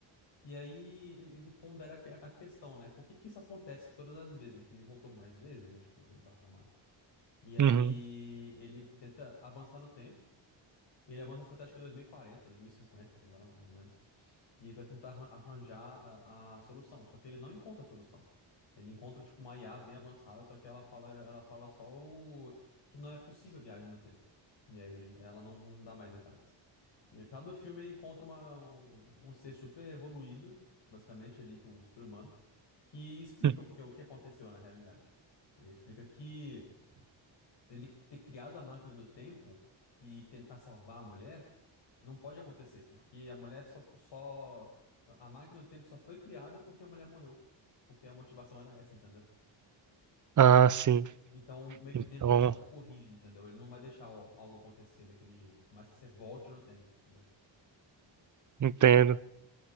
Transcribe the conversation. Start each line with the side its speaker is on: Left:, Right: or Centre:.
Left: E aí ele pondera que- a questão, né? Por que que isso acontece todas as vezes, né? Porque ele voltou mais vezes, né? Tipo, tentar arrumar. E aí
Right: Uhum.
Left: ele tenta avançar no tempo. Ele é uma estratégia de 2040, 2050, sei lá, mais ou menos. E vai tentar arran- arranjar a, a solução. Só que ele não encontra a solução. Ele encontra, tipo, uma IA bem avançada, só que ela fala, ela fala só o... que não é possível a viagem no tempo. E aí ele- ela não dá mais detalhes. E no final do filme ele encontra uma, um, um ser super evoluído, basicamente ali, que é um super-humano, que explica
Right: Hum.
Left: o que, que- é, o que aconteceu na realidade. Ele explica que ele ter criado a máquina do tempo e tentar salvar a mulher não pode acontecer, porque a mulher só, só... A máquina do tempo só foi criada porque a mulher morreu. Porque a motivação era essa, entendeu?
Right: Ah, sim.
Left: Então, meio que
Right: Então,
Left: o tempo ele se autocorrige, entendeu? Ele não vai deixar al- algo acontecer daquele jeito, por mais que você volte no tempo, entendeu?
Right: entendo.